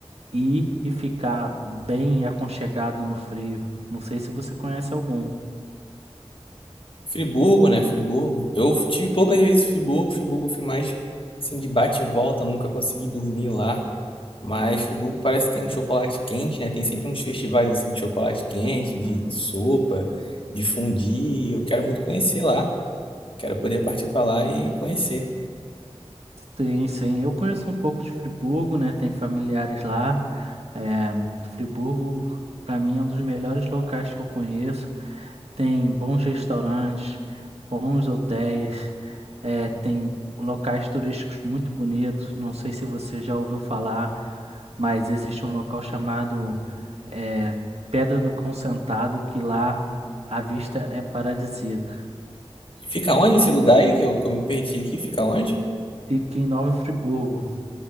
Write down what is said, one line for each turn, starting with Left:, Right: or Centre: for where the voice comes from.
Right: ir e ficar bem aconchegado no frio. Não sei se você conhece algum.
Left: Friburgo, né? Friburgo. Eu tive poucas vezes em Friburgo. Friburgo eu fui mais assim de bate e volta, nunca consegui dormir lá. Mas Friburgo parece que tem um chocolate quente, né? Tem sempre uns festivais assim de chocolate quente, de sopa, de fondue. Eu quero muito conhecer lá. Quero poder partir para lá e conhecer.
Right: Sim, sim, eu conheço um pouco de Friburgo, né? Tem familiares lá. É, Friburgo, para mim, é um dos melhores locais que eu conheço. Tem bons restaurantes, bons hotéis, eh, tem locais turísticos muito bonitos. Não sei se você já ouviu falar, mas existe um local chamado eh, Pedra do Cão Sentado que lá a vista é paradisíaca.
Left: Fica onde esse lugar aí que eu, que eu me perdi aqui? Fica onde?
Right: Fica em Nova Friburgo.